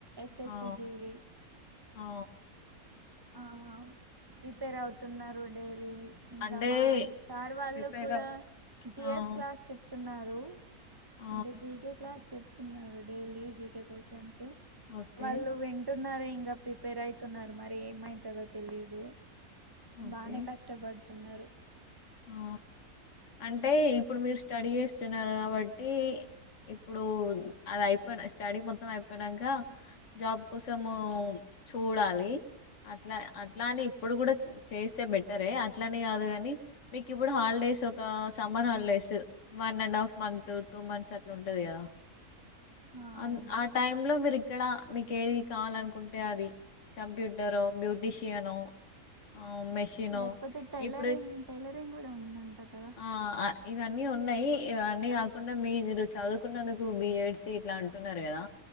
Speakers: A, on the right; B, on the left.
A: స్ స్
B: ఆ
A: సి జీడీ
B: ఆ
A: ఆ ఔ ప్రిపేర్ అవుతున్నారు డేలీ ఇంకా
B: అంటే
A: మా సార్ వాళ్ళు
B: ప్రిపేర్
A: కూడా
B: అవ్
A: జి
B: ఆ
A: ఎస్ క్లాస్ చెప్తున్నారు.
B: ఆ!
A: అంటే జి కే క్లాస్ చెప్తున్నారు daily G K questions
B: okay.
A: వాళ్ళు వింటున్నారు. ఇంకా ప్రిపేర్ అయితున్నారు. మరి ఏమైతుందో తెలీదు
B: ఓకే.
A: బానే కష్టపడుతున్నారు
B: ఆ అంటే ఇప్పుడు మీరు స్టడీ చేస్తున్నారు కాబట్టి ఇప్పుడు అది అయిపో స్టడీ మొత్తం అయిపోయినాక జాబ్ కోసం చూడాలి అట్లా అట్లాని ఇప్పుడు కూడా చేస్తే బెటరే అట్లానే కాదు కాని మీకు ఇప్పుడు హాలిడేస్ ఒక summer holidays one and half month two months అట్లా ఉంటాది కదా
A: ఆ
B: అద్
A: అవును
B: ఆ టైమ్ లో మీరు ఇక్కడ మీకు ఏది కావాలనుకుంటే అది కంప్యూటరో బ్యూటీషియనో ఆ మెషినో
A: లేకపోతే టైలరింగ్
B: ఇప్పుడు
A: టైలరింగ్ కూడా ఉందంట కదా
B: ఆ ఆ ఇవన్నీ ఉన్నాయి ఇవన్నీ కాకుండా మీరు చదువుకున్నందుకు బి ఎడ్సి ఇట్లా అంటున్నారు కదా